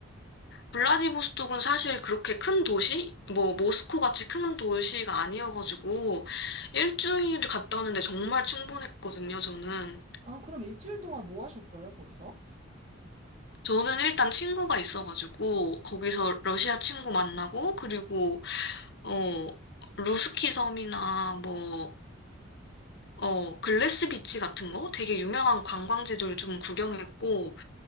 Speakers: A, on the left; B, on the right.
A: 블라디보스톡은 사실 그렇게 큰 도시? 뭐, 모스코 같이 큰 도시가 아니어가지고, 일주일 갔다 오는데 정말 충분했거든요, 저는.
B: 아, 그럼 일주일 동안 뭐 하셨어요, 거기서?
A: 저는 일단 친구가 있어가지고, 거기서 러시아 친구 만나고, 그리고, 어, 루스키 섬이나 뭐, 어, 글래스 비치 같은 거? 되게 유명한 관광지들 좀 구경했고,